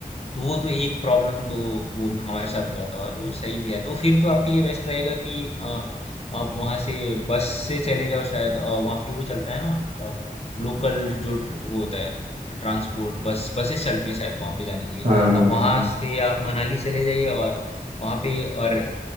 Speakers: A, on the left; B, on the right.
A: तो वो तो एक प्रॉब्लम तो वो हमारे साथ हुआ था और वो सही भी है तो फिर तो आपके लिए बेस्ट रहेगा कि अ, आप वहाँ से बस से चले जाओ शायद अ, वहाँ पे वो चलता है ना लोकल जो ट्र- वो होता है ट्रांसपोर्ट बस बसेस चलती है शायद वहाँ पे जाने के लिए
B: हाँ हाँ
A: आप वहाँ
B: हाँ
A: से आप मनाली चले जाइए और वहाँ पे और